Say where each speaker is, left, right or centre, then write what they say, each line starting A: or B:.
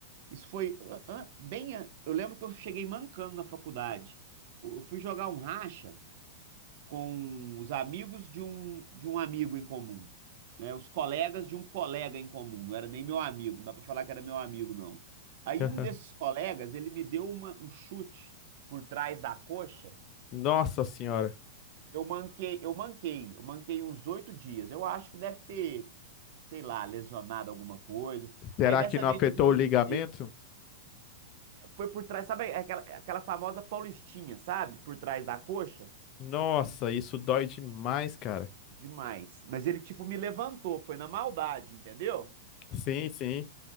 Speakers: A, on the right (about 55°); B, on the left (about 40°).
A: Isso foi ah, ah, bem. ah, Eu lembro que eu cheguei mancando na faculdade. Eu fui jogar um racha com os amigos de um, de um amigo em comum, né? Os colegas de um colega em comum. Não era nem meu amigo, não dá pra falar que era meu amigo, não. Aí
B: <laughs>
A: um desses colegas, ele me deu uma- um chute por trás da coxa
B: Nossa senhora.
A: eu manquei, eu manquei, eu manquei uns oito dias. Eu acho que deve ter, sei lá, lesionado alguma coisa.
B: Será
A: Aí dessa
B: que não
A: vez
B: afetou
A: eu desisti.
B: o ligamento?
A: Foi por trás, sabe aquela, aquela famosa paulistinha, sabe? Por trás da coxa?
B: Nossa, isso dói demais, cara.
A: Demais. Mas ele tipo me levantou, foi na maldade, entendeu?
B: Sim, sim.